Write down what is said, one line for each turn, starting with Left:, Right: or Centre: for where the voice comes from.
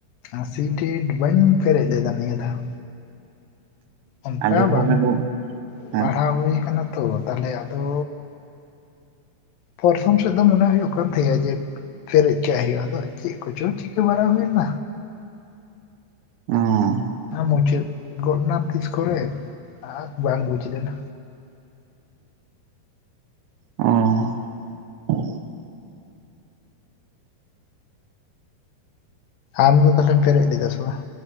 Left: ᱟᱨ ᱥᱤᱴᱮᱴ ᱵᱟᱹᱧ ᱯᱮᱨᱮᱡ ᱞᱮᱫᱟ ᱱᱤᱭᱟᱹ ᱫᱷᱟᱣ। ᱚᱱᱠᱟ
Right: ᱟᱹᱰᱤ ᱦᱚᱲ
Left: ᱵᱟᱝ
Right: ᱜᱮ ᱦᱮᱸ
Left: ᱯᱟᱲᱦᱟᱣ ᱦᱩᱭ ᱟᱠᱟᱱᱟ ᱛᱚ ᱛᱟᱦᱚᱞᱮ ᱟᱫᱚ ᱯᱨᱚᱛᱷᱚᱢ ᱥᱮᱫ ᱫᱚ ᱢᱚᱱᱮ ᱦᱩᱭᱩᱜ ᱠᱟᱱ ᱛᱟᱸᱦᱮ- ᱟ ᱡᱮ ᱯᱮᱨᱮᱡ ᱠᱟᱜ ᱦᱩᱭᱩᱜ ᱟ ᱟᱫᱚ ᱪᱮᱫ ᱠᱚᱪᱚᱝ ᱪᱤᱠᱟᱹ ᱵᱟᱲᱟ ᱦᱩᱭ ᱱᱟ।
Right: ᱚ
Left: ᱟ ᱢᱩᱪᱟᱛ ᱜᱚᱫ ᱱᱟ ᱛᱤᱥ ᱠᱚᱨᱮ ᱵᱟᱝ ᱵᱩᱡᱽ ᱞᱮᱱᱟ।
Right: ᱚ
Left: ᱟᱢ ᱫᱚ ᱛᱟᱦᱚᱞᱮᱢ ᱯᱮᱨᱮᱡ ᱞᱮᱫᱟ ᱥᱮ ᱵᱟᱝ?